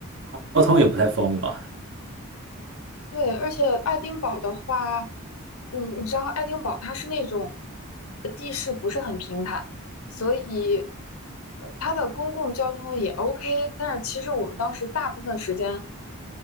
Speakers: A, on the right; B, on the left.
A: 交通也不太方便嘛。
B: 对，而且爱丁堡的话，你你知道爱丁堡它是那种呃地势不是很平坦，所以呃它的公共交通也 OK，但是其实我们当时大部分时间。